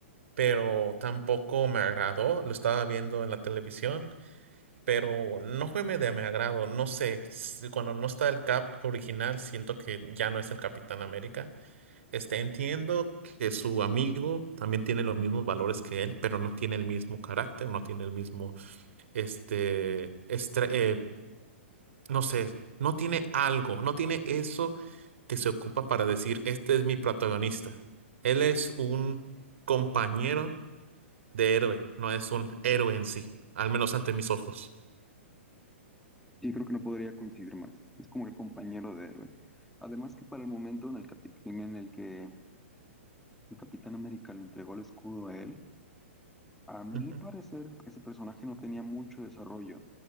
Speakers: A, on the right; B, in the centre.
A: pero tampoco me agradó. Lo estaba viendo en la televisión, pero no fue me- de mi agrado. No sé, si- cuando no está el Cap original, siento que ya no es el Capitán América. Este, entiendo que su amigo también tiene los mismos valores que él, pero no tiene el mismo carácter, no tiene el mismo, este, estre- eh, no sé, no tiene algo, no tiene eso que se ocupa para decir, este es mi protagonista. Él es un compañero de héroe, no es un héroe en sí, al menos ante mis ojos.
B: y creo que no podría coincidir más. Es como el compañero de héroe. Además que para el momento en el, capi- en en el que el Capitán América le entregó el escudo a él, a mi
A: Ujú.
B: parecer ese personaje no tenía mucho desarrollo.